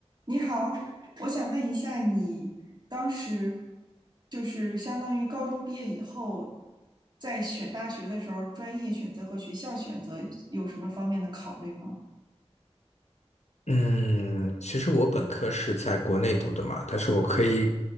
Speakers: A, on the right (about 40°); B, on the left (about 85°).
A: 你好，我想问一下，你当时就是相当于高中毕业以后，在选大学的时候，专业选择和学校选择有什么方面的考虑吗？
B: 嗯，其实我本科是在国内读的嘛，但是我可以